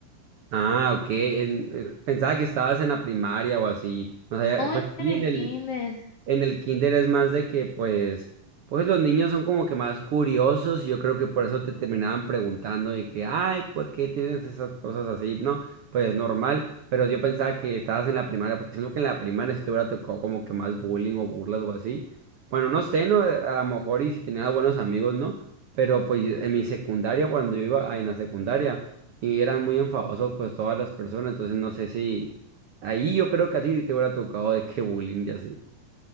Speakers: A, on the right; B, on the left.
A: Ah, ok, en- eh, pensaba que estabas en la primaria o así, o sea,
B: ¿Cómo
A: pues
B: está
A: sí,
B: en el
A: en el...
B: kinder?
A: En el kinder es más de que, pues, pues los niños son como que más curiosos y yo creo que por eso te terminaban preguntando de que, ay, ¿por qué tienes esas cosas así? No, pues es normal, pero yo pensaba que estabas en la primaria, porque siento que en la primaria si te hubiera tocado como que más bullying o burlas o así. Bueno, no sé, ¿no? A lo mejor y si tenías buenos amigos, ¿no? Pero pues en mi secundaria, cuando yo iba ah, en la secundaria, y eran muy enfadosos pues todas las personas, entonces no sé si ahí yo creo que a ti sí te hubiera tocado de qué bullying y así.